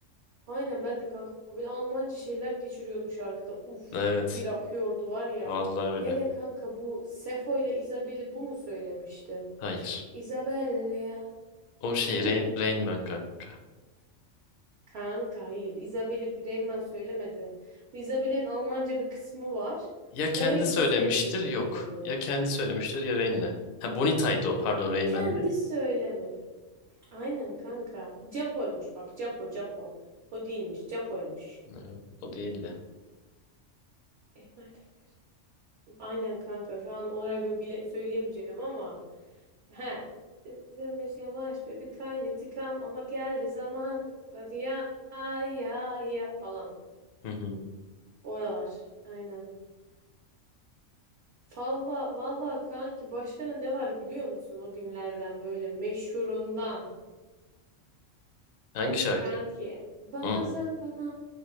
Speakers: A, on the right; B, on the left.
A: Aynen ben de kanka böyle Almanca şeyler geçiriyordu şarkıda. Uf
B: Evet.
A: bir akıyordu var ya.
B: Vallahi
A: Hele
B: öyle.
A: kanka bu Sefo ile Isabel'i bu mu söylemişti?
B: Hayır.
A: Isabel ya.
B: O şey
A: Bu değil
B: Rain,
A: mi?
B: Rain Man kanka.
A: Kanka hayır. Isabel'i Reymen söylemedi. Isabel'in Almanca bir kısmı var.
B: Ya kendi
A: Orayı
B: söylemiştir
A: bu söyledi diye
B: yok.
A: biliyorum.
B: Ya kendi söylemiştir ya Rain'le. Ha Bonita'ydı o pardon Rain
A: Kendi
B: Man'le.
A: söylemedi. Aynen kanka. Japo'ymuş bak. Japo, Japo. O değilmiş. Japo'ymuş.
B: Hı, O değildi.
A: Emade göz- Aynen kanka. Şu an olarak ben bile söyleyemeyeceğim ama. He. Demiş yavaş be bir kayn intikam ama geldi zaman. Hadi ya ya ya falan.
B: Hı hı.
A: Oralar. Aynen. Valla valla kanki başka ne var biliyor musun o günlerden böyle meşhurundan
B: Hangi şarkı?
A: kanki bazen
B: Hı.
A: bana